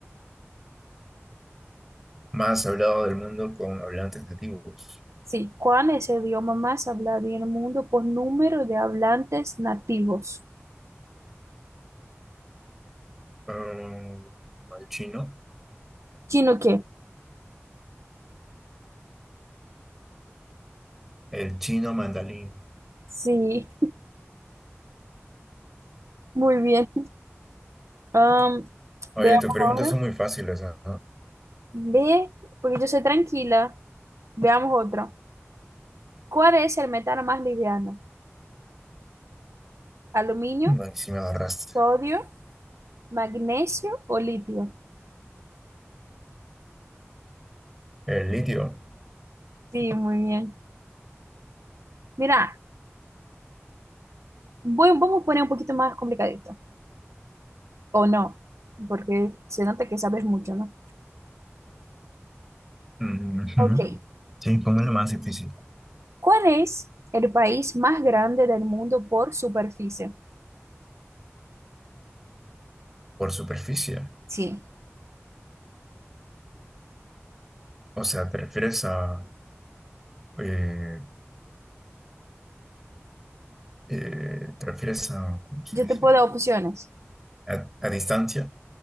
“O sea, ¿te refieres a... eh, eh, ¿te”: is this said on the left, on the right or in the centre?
Centre